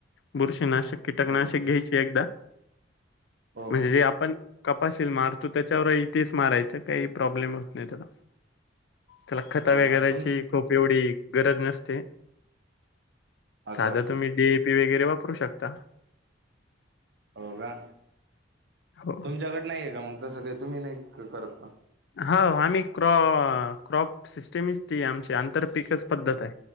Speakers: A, on the left; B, on the right.
A: बुरशी नस कीटकनाशक
B: हो
A: घ्यायचे एकदा
B: हो
A: म्हणजे
B: हो
A: जे आपण कपशीलील मारतो त्याच्यावरही तेच मारायच काही प्रॉब्लेम होत नाही त्याला त्याला खता
B: हो
A: वगैरायची
B: का तुम
A: खूप गरज नसते
B: असं
A: साधा
B: असं
A: तुम्ही डीएपी वगरे वा वापरू शकता.
B: हो का,
A: हो
B: तुमच्याकड नाही आहे का मग तसं काही? तुम्ही नाही करत का.
A: हा आम्ही क्रॉप सिस्टमच, ती आमची आंतर पिकच पद्धत आहे.